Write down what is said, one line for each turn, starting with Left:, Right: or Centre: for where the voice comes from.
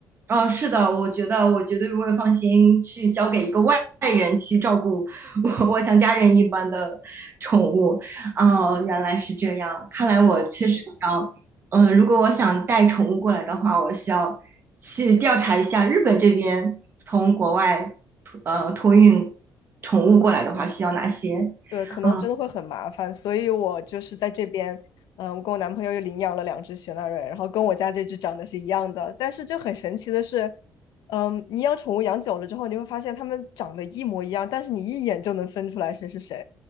Right: 哦，是的，我觉得我绝对不会放心去交给一个外人去照顾 <laughs> 我，我像家人一般的宠物。哦，原来是这样，看来我确实需要，
Left: 是
Right: 嗯，如果我想带宠物过来的话，我需要去调查一下日本这边从国外托呃托运宠物过来的话需要哪些。
Left: 对，可能真的会很麻烦，
Right: 啊，
Left: 所以我就是在这边，嗯，我跟我男朋友又领养了两只雪纳瑞，然后跟我家这只长得是一样的，但是就很神奇的是，嗯，你养宠物养久了之后，你会发现它们长得一模一样，但是你一眼就能分出来谁是谁，